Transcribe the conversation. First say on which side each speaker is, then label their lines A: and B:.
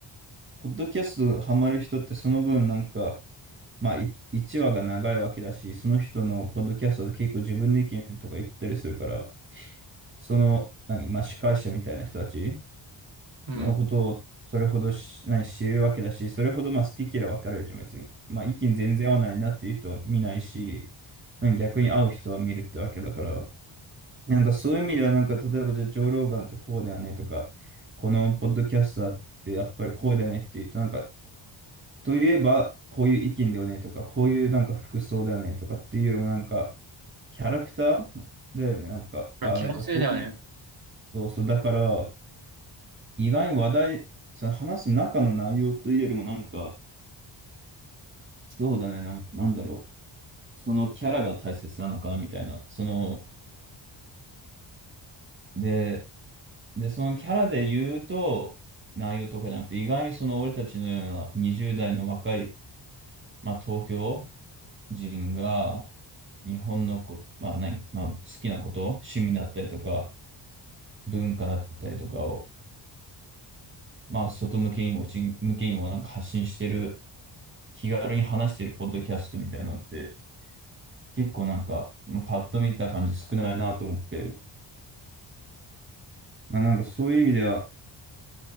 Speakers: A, on the right; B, on the right.
A: ポッドキャストハマる人って、その分、なんか、まあ、1話が長いわけだし、その人のポッドキャストで結構自分の意見とか言ったりするから、その、何、まあ、司会者みたいな人たち
B: うん。
A: のことをそれほどし、ない知るわけだし、それほどまあ好き嫌い分かれるじゃん、別に。まあ意見全然合わないなっていう人は見ないし、うん逆に合う人は見るってわけだから、なんかそういう意味では、なんか例えばじゃあ、ジョー・ローガンってこうだよねとか、このポッドキャスターってやっぱりこうだよねって言うと、なんか、といえばこういう意見だよねとか、こういうなんか服装だよねとかっていうよりもなんか、キャラクターだよね、なんか、あ、
B: 気のせいだよね。
A: なんかこういう、そうそう、だから、意外に話題、その話す中の内容というよりもなんか、そうだね、なん、なんだろう。そのキャラが大切なのか、みたいな。その、で、で、そのキャラで言うと、内容とかじゃなくて、意外にその俺たちのような20代の若い、まあ東京人が、日本のこ、まあ何、まあ好きなこと、趣味だったりとか、文化だったりとかを、まあ外向けにも内向けにもなんか発信してる、気軽に話してるポッドキャストみたいなのって、結構なんか、まあ、パッと見た感じ少ないなと思って、まあ、なんかそういう意味では、